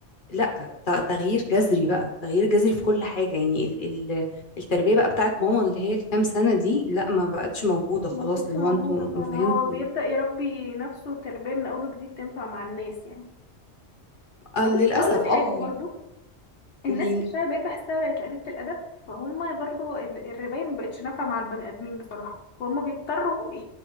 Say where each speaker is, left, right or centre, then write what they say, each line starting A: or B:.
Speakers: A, on the left (about 50°); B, on the left (about 75°).
A: لا ت- تغيير جذري بقى تغيير جذري في كل حاجة يعني ال ال التربية بقى بتاعت ماما اللي هي الكام سنة دي لا ما بقتش موجودة
B: ما
A: خلاص
B: هيش
A: اللي
B: موجوده
A: هو انتوا
B: فعلا
A: مفاهيمكم
B: هو بيبدأ يربي نفسه تربيه من اول وجديد تنفع مع الناس يعني
A: آه
B: بس
A: للأسف
B: هقول لك
A: اه
B: حاجه برضو الناس
A: قوليلي
B: في الشارع بقيت بحسها بقت قليلة الأدب فهم برضو ال- الرباية مبقتش نافعة مع البني آدمين بصراحة وهم بيضطروا ي-